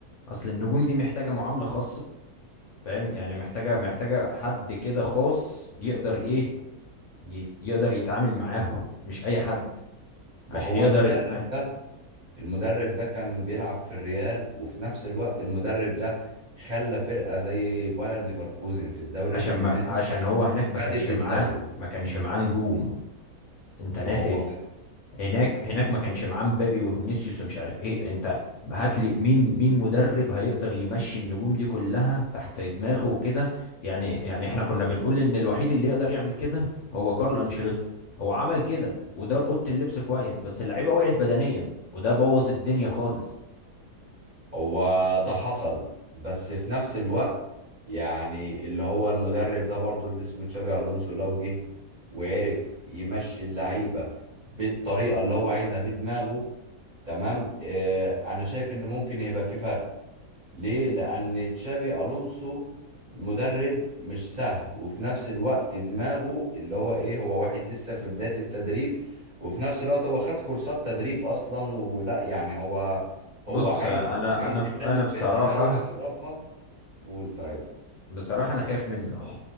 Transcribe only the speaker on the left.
اصل النجوم دي محتاجة معاملة خاصة فاهم يعني محتاجة محتاجة حد كده خاص يقدر ايه ي- يقدر يتعامل معاهم مش اي حد
عشان
يقدر
عشان
ما عشان هو هناك ما
كانش
معاه ما كانش معاه نجوم انت
ناسي
هناك هناك ما كانش معاه مبابي وفينيسيوس ومش عارف ايه انت هات لي مين مين مدرب هيقدر يمشي النجوم دي كلها تحت دماغه وكده يعني يعني احنا كنا بنقول ان الوحيد اللي يقدر يعمل كده هو كارلو انشيلوتي هو عمل كده ودار اوضه اللبس كويس بس اللعيبه وقعت بدنيا وده بوظ الدنيا خالص
بص
انا
انا
انا
بصراحه
بصراحه انا خايف منه